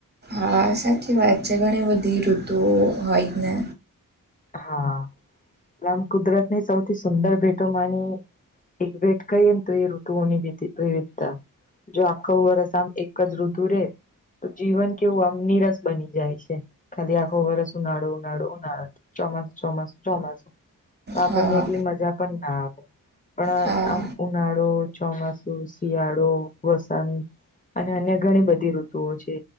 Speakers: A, on the right; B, on the left.
A: આ સાચી વાત છે ઘણી બધી ઋતુઓ હોય જ ને
B: હા આમ કુદરત ની સૌથી સુંદર ભેટો માની એક ભેટ કઈ એમ તો એ ઋતુઓની વિવિધતા જો આખો વર્ષ આમ એક જઋતુ ૂરે તો જીવન કેવું આમ નિરસ બની જાય છે ખાલી આખો વરસ ઉનાડું ઉનાડું ઉનાળું ચોમાસ ચોમાસું ચોમાસું તો આપણને
A: હા
B: એટલી મજા પણ ના આવે પણ
A: હા
B: આમ ઉનાળો ચોમાસું શિયાળો વસંત અને અન્ય ઘણી બધી ઋતુઓ છે